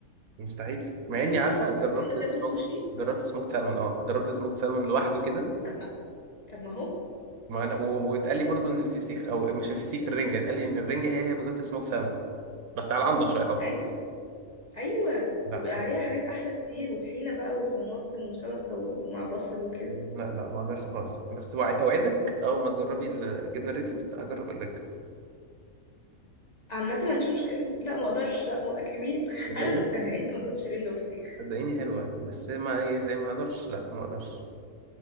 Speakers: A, on the right (about 80°); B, on the left (about 35°).
A: مستحيل مع اني عارفه جربت
B: طب انت بتاكل
A: سموك
B: سوشي
A: جربت سموكت سالمون اه جربت السموكت سالمون لوحده كده
B: طب ما طب ما هو
A: ما انا و- واتقال لي برضو ان الفسيخ او مش الفسيخ الرنجه اتقال لي ان الرنجه هي هي بالظبط السموك سالمون بس على انضف شويه طبعا
B: ايوه ايوه
A: لا
B: وبيبقى عليها حاجات احلى بكتير وطحينه بقى وطماطم وسلطه ومع بصل وكده
A: لا لا ما اقدرش خالص بس وع- اوعدك اول ما تجربي الجبنه الريكفورت هجرب الرنجه
B: عامه ما عنديش مشكله لا ما اقدرش لا ما كبير
A: صدقيني
B: انا دقتها انت ما دقتش رنجه وفسيخ
A: صدقيني حلوه بس ما يعني ما اقدرش لا ما اقدرش